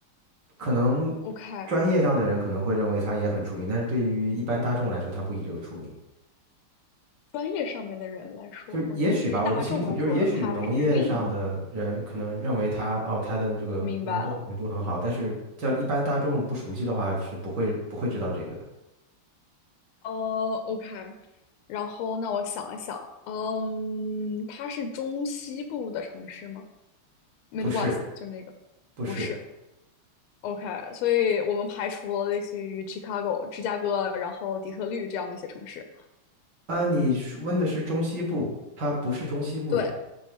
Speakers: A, on the right; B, on the left.
A: 可能专业上的人可能会认为他也很出名，
B: OK，
A: 但是对于一般大众来说，他不以这个出名。
B: 专业上面的人来说，OK，
A: 就是也许吧，
B: 对于大众来说，
A: 我不清楚。就是也许农业上的人可能认为他哦，
B: 它是另一种。
A: 他的这个农作物产出很好，
B: 明白了，
A: 但是叫一般大众不熟悉的话，是不会不会知道这个的。
B: 呃，OK，然后那我想一想，嗯，它是中西部的城市吗？Midwest
A: 不是，
B: 就那个，
A: 不是
B: 不是。OK，所以我们排除了类似于 Chicago、芝加哥，然后底特律这样的一些城市。
A: 啊，你是问的是中西部，它不是中西部的。
B: 对，